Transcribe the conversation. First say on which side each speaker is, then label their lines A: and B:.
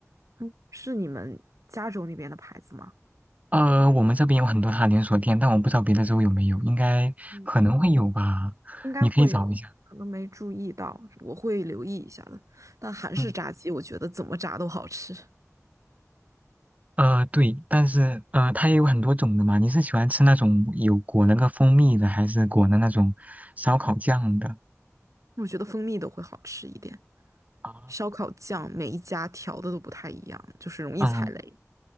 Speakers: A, on the right; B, on the right.
A: <laughs> 是你们加州那边的牌子吗？
B: 呃，我们这边有很多它连锁店，但我不知道别的州有没有，应该可能会有吧，
A: 嗯。应该会有，
B: 你可以找一下。
A: 可能没注意到，我会留意一下的。但韩式炸鸡，
B: 嗯，
A: 我觉得怎么炸都好吃，
B: 呃，对，但是呃，它也有很多种的嘛。你是喜欢吃那种有裹那个蜂蜜的，还是裹的那种烧烤酱的？
A: <laughs> 我觉得蜂蜜都会好吃一点。
B: 啊，
A: 烧烤酱每一家调的都不太一样，就是容易踩雷。
B: 嗯，